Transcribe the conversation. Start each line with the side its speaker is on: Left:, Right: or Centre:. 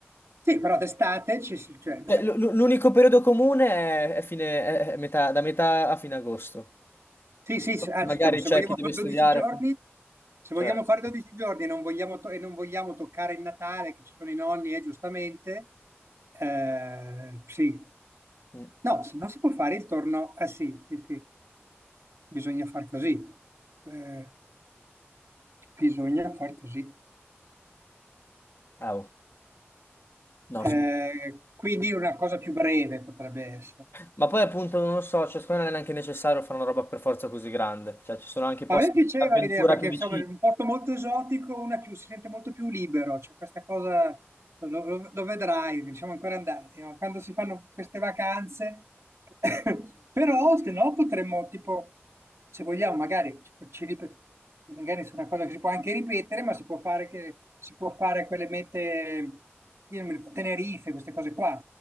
Right: Sì, però d'estate ci si- cioè, dai,
Left: Cioè, l- l- L'unico periodo comune è, è fine- è- è metà- da metà a fine agosto.
Right: Sì, sì, se- ah,
Left: Magari
Right: diciamo, se
Left: c'è
Right: vogliamo
Left: chi deve
Right: fare
Left: studiare.
Right: 12 giorni, se
Left: Cioè,
Right: vogliamo fare 12 giorni e non vogliamo, to- e non vogliamo toccare il Natale, che ci sono i nonni, eh, giustamente, eh, sì.
Left: mm,
Right: No, se no si può fare il torno, ah sì, sì, sì, bisogna far così, Eh, bisogna far così.
Left: ah, oh, no,
Right: Eh,
Left: scusa.
Right: quindi una cosa più breve potrebbe essere.
Left: Ma poi appunto non lo so, cioè, secondo me non è neanche necessario fare una roba per forza così grande. Cioè, ci sono anche posti
Right: A me piaceva
Left: di avventura
Right: l'idea perché
Left: più vicini.
Right: insomma è un posto molto esotico, uno è più- si sente molto più libero, cioè questa cosa lo, lo- lo vedrai, non siamo ancora andati, no? Quando si fanno queste vacanze. <laughs> Però se no potremmo tipo, se vogliamo magari, ci- ci ripet- magari su una cosa che si può anche ripetere, ma si può fare, che, si può fare quelle mete, io non mi ricordo, Tenerife, queste cose qua.